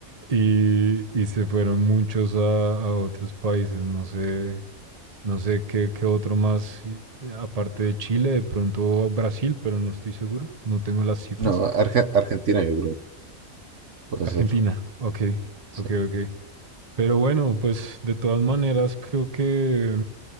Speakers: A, on the right; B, on the right.
A: y, y se fueron muchos a, a otros países, no sé, no sé qué, qué otro más, eh, aparte de Chile, de pronto Brasil, pero no estoy seguro, no tengo las cifras.
B: No, Arge- Argentina yo creo. Puede
A: Argentina,
B: ser.
A: ok,
B: Sí.
A: ok, ok. Pero bueno, pues de todas maneras creo que